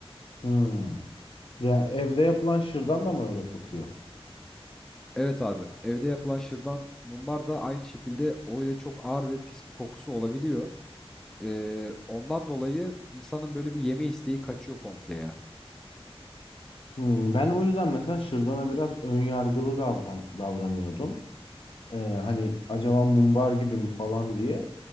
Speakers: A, on the left; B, in the centre.
A: Hmm. Ya evde yapılan şırdan da mı öyle kokuyor?
B: Evet abi. Evde yapılan şırdan mumbar da aynı şekilde öyle çok ağır ve pis bir kokusu olabiliyor. Ee, ondan dolayı insanın böyle bir yeme isteği kaçıyor komple ya.
A: Hmm, Ben o yüzden mesela şırdana biraz ön yargılı davran davranıyordum. Ee, hani acaba mumbar gibi mi falan diye.